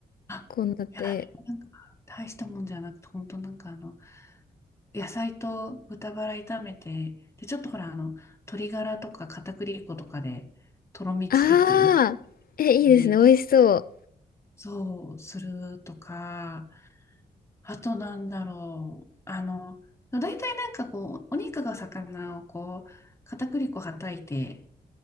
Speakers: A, on the left; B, on the left.
A: あ、
B: 献立。
A: いや、でもなんか、大したもんじゃなくて、本当なんかあの、野菜と豚バラ炒めて、で、ちょっとほら、あの、鶏ガラとか片栗粉とかで、とろみつけて、
B: ああー、え、いいですね。
A: ね、
B: 美味しそう。
A: そう、するとか、あとなんだろう。あの、大体なんかこう、お肉が魚をこう、片栗粉はたいて、